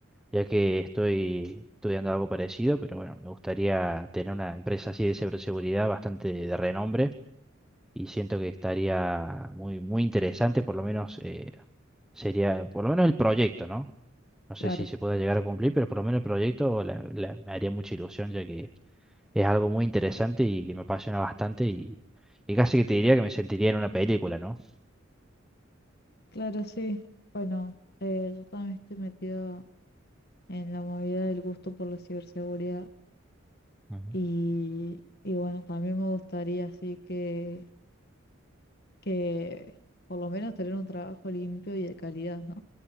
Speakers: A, in the centre; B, on the left.
A: ya que estoy estudiando algo parecido, pero bueno, me gustaría tener una empresa así de ciberseguridad bastante de renombre y siento que estaría muy, muy interesante, por lo menos eh, sería, por lo menos el proyecto, ¿no? No
B: claro,
A: sé si se pueda llegar a cumplir, pero por lo menos el proyecto la- la- me haría mucha ilusión, ya que es algo muy interesante y que me apasiona bastante y, y casi que te diría que me sentiría en una película, ¿no?
B: claro, sí. Bueno, eh, yo también estoy metido en la movida del gusto por la ciberseguridad.
A: Ujú,
B: Y, y bueno, también me gustaría así que, que por lo menos tener un trabajo limpio y de calidad, ¿no?